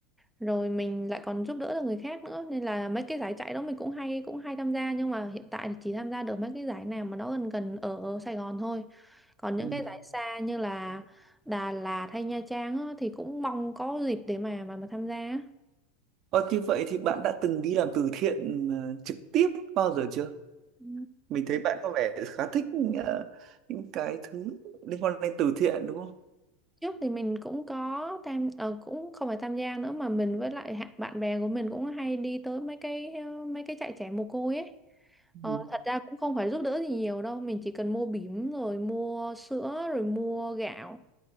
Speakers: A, in the centre; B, on the right (about 45°).
A: rồi mình lại còn giúp đỡ được người khác nữa nên là mấy cái giải chạy đó mình cũng hay cũng hay tham gia nhưng mà hiện tại thì chỉ tham gia được mấy cái giải nào mà nó gần gần ở Sài Gòn thôi còn những
B: ừ.
A: cái giải xa như là Đà Lạt hay Nha Trang á, thì cũng mong có dịp để mà mà mà tham gia á.
B: Ờ, như vậy thì bạn đã từng đi làm từ thiện ờ, trực tiếp bao giờ chưa?
A: Ừ.
B: mình thấy bạn có vẻ khá thích ờ, những cái thứ liên quan đến từ thiện đúng không?
A: trước thì mình cũng có tham ờ, cũng không phải tham gia nữa mà mình với lại hạ- bạn bè của mình cũng hay đi tới mấy cái ờ, mấy cái trại trẻ mồ côi ấy
B: Ừ.
A: ờ, thật ra cũng không phải giúp đỡ gì nhiều đâu mình chỉ cần mua bỉm rồi mua sữa rồi mua gạo